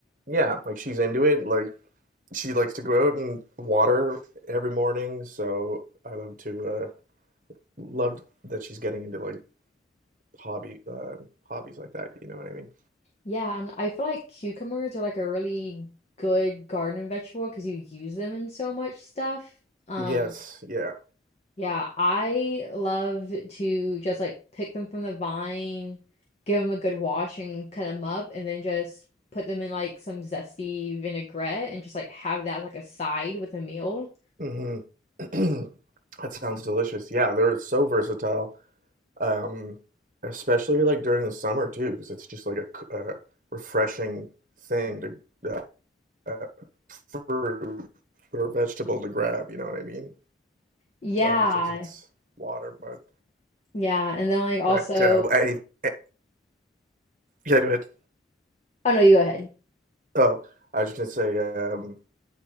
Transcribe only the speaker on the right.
yeah, like she's into it. Like she likes to go out and water every morning, so I love to uh love that she's getting into like hobby uh, hobbies like that, you know what I mean?
Yes, yeah.
hmm <clears throat> That sounds delicious. Yeah, they're so versatile, um, especially like during the summer too, because it's just like a, c- uh refreshing thing to uh, uh, fruit or vegetable to grab. You know what I mean?
Obviously, because it's water, but
but uh, any, eh, yeah, go ahead.
Oh, I was just gonna say, um,